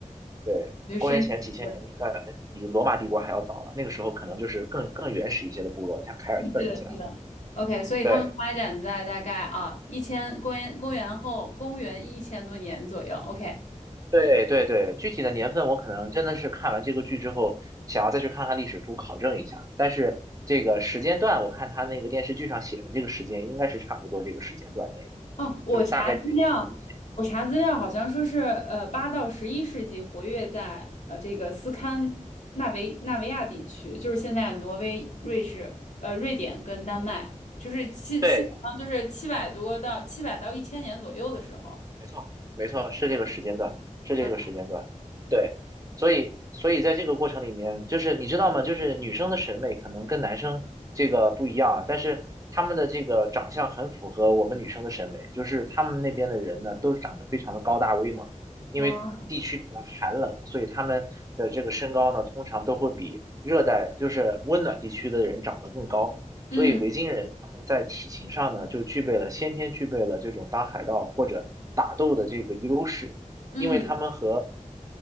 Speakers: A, on the right; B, on the left.
A: 对，
B: 就深深
A: 公元前几千年应该比罗马帝国还要早了，那个时候可能就是更更原始一些的部落，像凯尔特人这样。
B: <laughs> 是的，是的。OK，所以他们发展在大概啊一千公元公元后公元一千多年左右。
A: 对
B: OK。
A: 对对对，具体的年份我可能真的是看完这个剧之后，想要再去看看历史书考证一下。但是这个时间段，我看他那个电视剧上写的这个时间，应该是差不多这个时间段内的，
B: 哦，我查资料，
A: 就是大概距离现在一千年。
B: 我查资料好像说是，呃，八到十一世纪活跃在呃这个斯堪纳维纳维亚地区，就是现在挪威、瑞士、呃瑞典跟丹麦，就是基基本上就是七百多到七百到一千年左右的时候。
A: 对没错，没错，是这个时间段，是这个时间段，
B: 呃
A: 对，所以，所以在这个过程里面，就是你知道吗？就是女生的审美可能跟男生这个不一样啊，但是他们的这个长相很符合我们女生的审美，就是他们那边的人呢，都长得非常的高大威猛，因为地区比较寒冷，
B: 啊，
A: 所以他们的这个身高呢，通常都会比热带，就是温暖地区的人长得更高。
B: 嗯
A: 所以维京人他们在体型上呢，就具备了先天具备了这种当海盗或者打斗的这个优势，
B: 嗯
A: 因为他们和